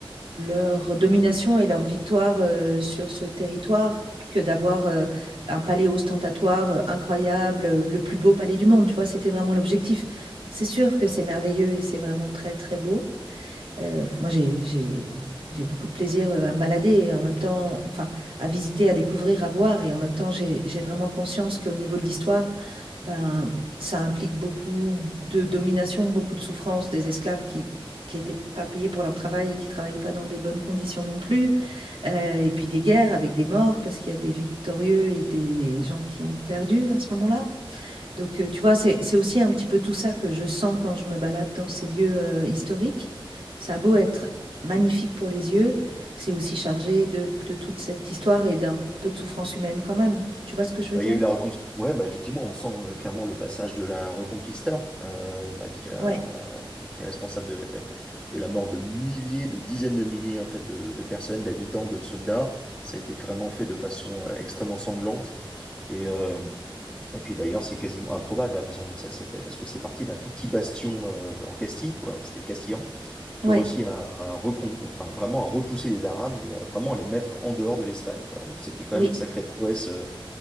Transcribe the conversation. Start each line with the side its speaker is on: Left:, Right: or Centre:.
Right: leur domination et leur victoire euh, sur ce territoire que d'avoir euh, un palais ostentatoire euh, incroyable, euh, le plus beau palais du monde, tu vois, c'était vraiment l'objectif. Donc c'est sûr que c'est merveilleux et c'est vraiment très très beau. Euh, moi j'ai j'ai j'ai beaucoup de plaisir euh, à me balader et en même temps, enfin, à visiter, à découvrir, à voir et en même temps j'ai j'ai vraiment conscience qu'au niveau de l'histoire ben, ça implique beaucoup de domination, beaucoup de souffrance des esclaves qui qui n'étaient pas payés pour leur travail et qui travaillaient pas dans des bonnes conditions non plus. Euh, et puis des guerres avec des morts parce qu'il y a des victorieux et des gens qui ont perdu à ce moment-là. Donc euh, tu vois, c'est, c'est aussi un petit peu tout ça que je sens quand je me balade dans ces lieux euh, historiques. Ça a beau être magnifique pour les yeux, c'est aussi chargé de, de toute cette histoire et d'un peu de souffrance humaine quand même. Tu vois ce que je
Centre: Bah,
Right: veux dire?
Centre: il y a eu la reconquista. Ouais, bah, effectivement, on sent euh, clairement le passage de la Reconquista, euh, bah, qui a,
Right: Ouais,
Centre: qui est responsable de, de la mort de milliers, de dizaines de milliers, en fait, de, de personnes, d'habitants, de soldats. Ça a été vraiment fait de façon euh, extrêmement sanglante. Et, euh, et puis d'ailleurs, c'est quasiment improbable la façon dont ça s'est fait, parce que c'est parti d'un tout petit bastion euh, en Castille, quoi. C'était Castille qui
Right: ouais,
Centre: ont réussi à, à recon- enfin, vraiment à repousser les Arabes et à vraiment les mettre en dehors de l'Espagne, quoi. Donc c'était quand
Right: oui.
Centre: même une sacrée prouesse euh,